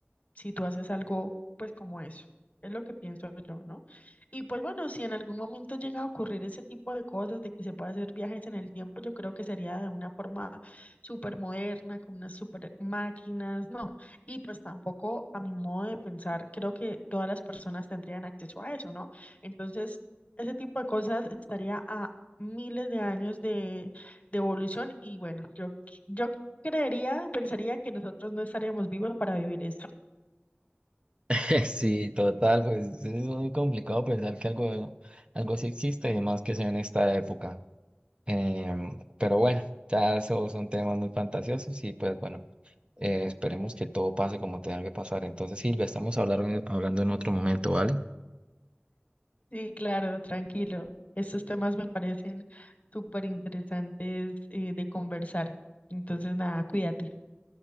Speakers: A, on the left (about 35°); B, on the right (about 25°).
A: si tú haces algo, pues como eso. Es lo que pienso yo, ¿no? Y pues bueno, si en algún momento llega a ocurrir ese tipo de cosas, de que se pueda hacer viajes en el tiempo, yo creo que sería de una forma súper moderna, con unas súper máquinas, ¿no? Y pues tampoco, a mi modo de pensar, creo que todas las personas tendrían acceso a eso, ¿no? Entonces, ese tipo de cosas estaría a miles de años de, de evolución y bueno, yo, yo creería, pensaría que nosotros no estaríamos vivos para vivir esto.
B: <laughs> Sí, total, pues es muy complicado pensar que algo, algo sí existe y más que sea en esta época. Em, pero bueno, ya esos son temas muy fantasiosos y pues bueno, eh, esperemos que todo pase como tenga que pasar. Entonces, Silvia, estamos hablar- hablando en otro momento, ¿vale?
A: Sí, claro, tranquilo. Estos temas me parecen súper interesantes eh, de conversar. Entonces, nada, cuídate.